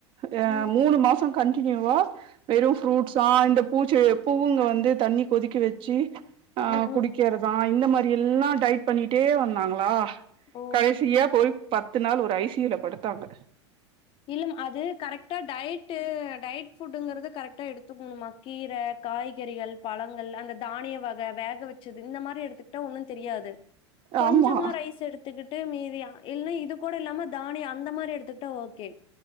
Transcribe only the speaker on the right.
ஏ
மூணு மா சம் கண்டினியூவா வெறு ப்ரூட்ஸா இந்த பூச்செ பூவுங்க வந்து தண்ணி கொதிக்க வச்சு ஆ
குடி
க்கிறதா இந்த மாரி எல்லா டைட் பண்ணிட்டே வந்தாங்களா
கடைசியா போய் பத்து நாள் ஒரு ஐ சி யூ ல படுத்தாங்க
ஆமா